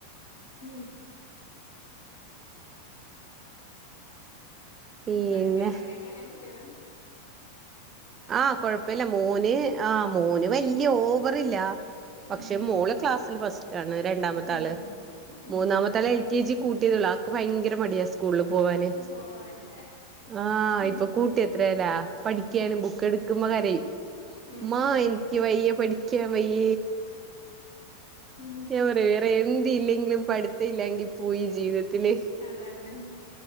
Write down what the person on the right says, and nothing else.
പിന്നെ
ആഹ കൊഴപ്പില്ല മോന് ആഹ് മോന് വല്യ ഓ വറില്ല പക്ഷെ
മോള് ക്ലാസ്സില് ഫസ്റ്റ് ആണ് രണ്ടാമത്തെ
ആള്
മൂന്നാമത്താല എൽ കെ ജി കൂട്ടിയതള്ളു ആക്ക് ഭയങ്കര മടിയാ സ്കൂളിൽ പോവാന്
ആഹ്
ഇപ്പൊ കൂട്ടി എത്രല്ല പഠിക്കാനും ബു ക്കു മ്മ കരയും
മ്മാ
എനിക്ക് വയ്യ പഠിക്കാൻ വയ്യ
ഏ പറ വേറെ എന്ത് ഇല്ലെങ്കിലും പഠത്ത ഇല്ലങ്കി പോയി ജീവിതത്തില്.